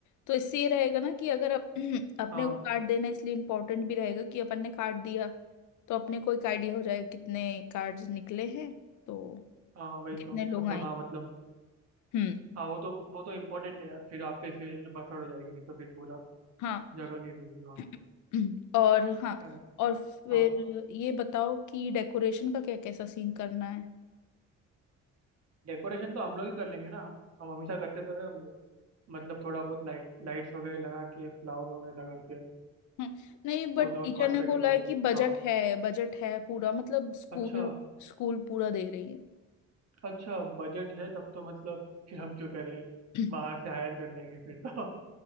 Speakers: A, on the left; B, on the right.
A: तो इससे ये रहेगा ना कि अगर अप, <clears throat> अपने
B: हाँ
A: को कार्ड देना इसलिए इम्पोर्टेंट भी रहेगा कि अपन ने कार्ड दिया तो अपने को एक आइडिया हो जाएगा कितने कार्ड्स निकले हैं तो
B: हाँ वही
A: कितने
B: तो
A: लोग
B: मतलब
A: आए
B: हाँ मतलब
A: हम्म
B: हाँ वो तो वो तो इम्पोर्टेंट है यार फिर आप पे फिर बसड़ हो जाएगी नहीं तो फिर पूरा
A: हाँ
B: जगह नहीं रहेगी वहाँ
A: <clears throat>
B: पे
A: और हाँ
B: है ना?
A: और फिर
B: हाँ
A: ये बताओ कि डेकोरेशन का क्या कैसा सीन करना है
B: डेकोरेशन तो हम लोग ही कर लेंगे ना हम हम हमेशा करते तो है हम लोग मतलब थोड़ा बहुत लाइट लाइट्स वगैरह लगा के फ्लावर वगैरह लगा के
A: हम्म, नहीं बट
B: वो जो
A: टीचर
B: कॉन्फेटी
A: ने बोला
B: वगैरह
A: है कि बजट
B: हाँ
A: है बजट है पूरा मतलब स्कूल
B: अच्छा
A: स्कूल पूरा दे रही
B: अच्छा बजट है तब तो मतलब फिर हम क्यों करें
A: है <clears throat>
B: बाहर से हायर कर लेंगे फिर तो